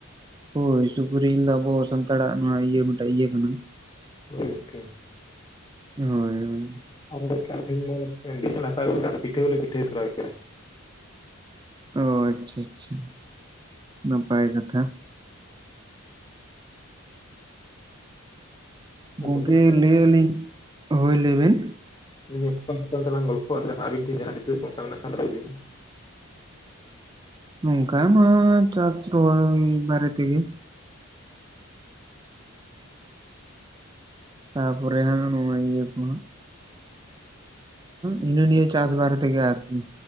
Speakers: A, on the right; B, on the left.
A: ᱦᱳᱭ ᱥᱩᱠᱨᱤ ᱡᱮᱞ ᱫᱚ ᱟᱵᱚ ᱥᱟᱱᱛᱟᱲᱟᱜ ᱱᱚᱣᱟ ᱤᱭᱟᱹ ᱢᱤᱫᱴᱟᱝ ᱤᱭᱟᱹ ᱠᱟᱱᱟ
B: ᱦᱳᱭ ᱜᱚᱢᱠᱮ
A: ᱦᱳᱭ ᱦᱳᱭ
B: <unintelligible>
A: ᱚ ᱟᱪᱪᱷᱟ ᱟᱪᱪᱷᱟ ᱱᱟᱯᱟᱭ ᱠᱟᱛᱷᱟ
B: ᱟᱨ
A: ᱜᱚᱝᱠᱮ
B: ᱛᱟᱦᱞᱮ
A: ᱞᱟᱹᱭ ᱟᱹᱞᱤᱧ ᱦᱳᱭ ᱞᱮᱵᱤᱱ
B: <unintelligible> ᱛᱮᱞᱟᱝ ᱜᱚᱞᱯᱚ ᱟᱵᱤᱱ ᱴᱷᱮᱱ ᱡᱟᱦᱟᱸ ᱫᱤᱥᱟᱹ ᱠᱚ ᱚᱱᱠᱟ ᱢᱮᱱᱟᱜ ᱫᱚ ᱞᱟᱹᱭ ᱵᱤᱱ
A: ᱱᱚᱝᱠᱟ ᱱᱚᱣᱟ ᱪᱟᱥ ᱨᱚᱦᱚᱭ ᱵᱟᱨᱮ ᱛᱮᱜᱮ ᱛᱟᱯᱚᱨᱮ ᱦᱟᱸᱜ ᱱᱚᱜᱼᱚᱭ ᱤᱭᱟᱹ ᱠᱚ ᱦᱟᱸᱜ ᱦᱤᱱᱟᱹ ᱱᱤᱭᱟᱹ ᱪᱟᱥ ᱵᱟᱨᱮ ᱛᱮᱜᱮ ᱟᱨᱠᱤ